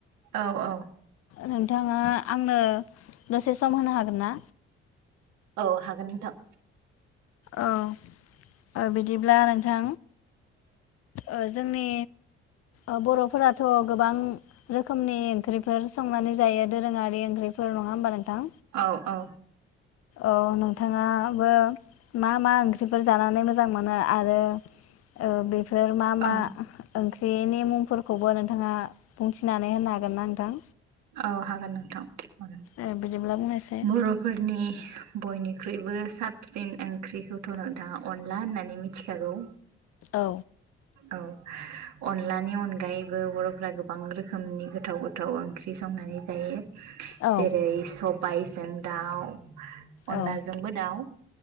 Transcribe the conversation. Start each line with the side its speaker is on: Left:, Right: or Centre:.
Right: औ औ
Left: नोंथाङा आंनो दसे सम होनो हाग गोनना
Right: औ हागोन नोंथां
Left: अह ओ बिदिब्ला नोंथां ओ जोंनि ओ बरफोरा थ गोबां रोखोमनि ओंख्रिफोर संनानै जायो दोरोङारि ओंख्रि <unintelligible> नङा ओमबा नोंथां
Right: औ औ
Left: अह नों नोंथाङाबो मा मा ओंख्रिफोर जानानै मोजां मोनो आरो ओ बेफोर मा मा
Right: औ
Left: ओं ओंख्रिनि मुंफोरखौबो नोंथाङा बुंथिनानै होनो हागोनना नोंथां
Right: अह हागोन नोंथां
Left: ओ बिदिब्ला बुंनायसाय
Right: बरफोरनि बयनि ख्रुइबो साबसिन ओंख्रिखौथ नोंथाङा अनला होननानै मिथिखागौ।
Left: औ
Right: औ अनलानि अनगायैबो बरफ्रा गोबां रोखोमनि गोथाव गोथाव ओंख्रि संनानै जायो।
Left: औ
Right: जेरै सब बायजों दाउ अनलाजोंबो
Left: औ
Right: दाउ